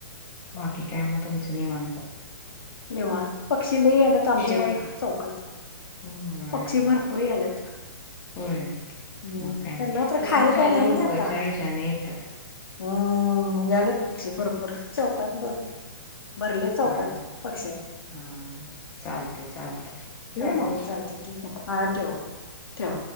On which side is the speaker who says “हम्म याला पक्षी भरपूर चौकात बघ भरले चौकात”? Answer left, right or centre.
Left